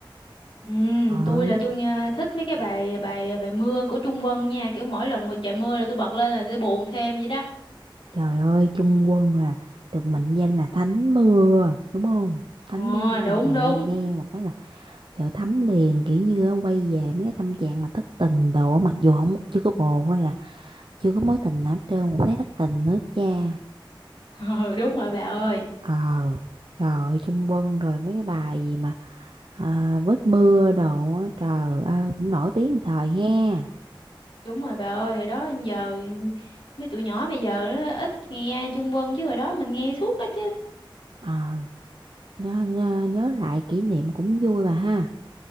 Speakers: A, on the left; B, on the right.
A: ừ
B: Ờ
A: tôi là tôi nghe thích mấy cái bài bài bài mưa của Trung Quân nha kiểu mỗi lần mà trời mưa là tôi bật lên là tôi buồn thêm vậy đó
B: trời ơi Trung Quân là được mệnh danh là thánh mưa đúng không?
A: ờ
B: Thánh mưa mà
A: đúng
B: trời
A: đúng
B: ơi, nghe một cái là trời thấm liền kiểu như á, quay về mấy cái tâm trạng mà thất tình đồ á, mặc dù không chưa có bồ hay là chưa có mối tình nào hết trơn cũng thấy thất tình nữa cha
A: <laughs> ừ, đúng rồi bà ơi
B: Ờ, rồi Trung Quân rồi mấy cái bài gì mà à, vết mưa đồ á, trời ơi cũng nổi tiếng một thời ha.
A: Đúng rồi bà ơi, đó giờ mấy tụi nhỏ bây giờ nó ít nghe Trung Quân chứ hồi đó mình nghe suốt á chứ.
B: Ờ, nhớ, nhớ, nhớ lại kỷ niệm cũng vui bà ha.